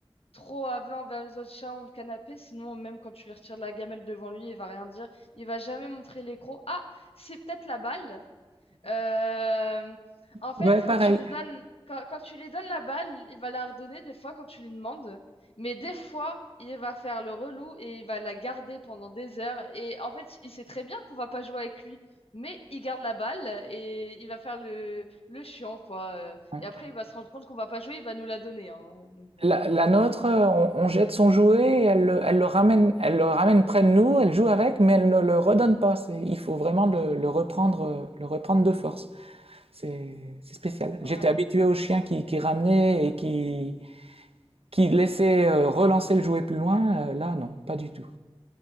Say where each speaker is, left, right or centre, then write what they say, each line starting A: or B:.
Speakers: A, on the left (about 80°); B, on the right (about 80°).
A: trop avenant vers les autres chiens ou le canapé, sinon même quand tu lui retires de la gamelle devant lui, il va rien dire, il va jamais montrer les crocs. Ah, c'est peut-être la balle. Euh, En fait,
B: Ouais, pareil.
A: quand tu lui donnes, quand, quand tu lui donnes la balle, il va la redonner des fois quand tu lui demandes. Mais des fois, il va faire le relou et il va la garder pendant des heures. Et en fait, il sait très bien qu'on va pas jouer avec lui, mais il garde la balle et il va faire le, le chiant, quoi. Euh,
B: Ouais.
A: Et après, il va se rendre compte qu'on va pas jouer, il va nous la donner. hein. Donc bon,
B: La, la nôtre, euh, on, on jette son jouet, et elle le, elle le ramène, elle le ramène près de nous, elle joue avec, mais elle ne le redonne pas. C'est- Il faut vraiment le, le reprendre, euh, le reprendre de force. C'est, c'est spécial. J'étais
A: ouais.
B: habitué aux chiens qui, qui ramenaient et qui, qui laissaient euh, relancer le jouet plus loin. Euh, là, non, pas du tout.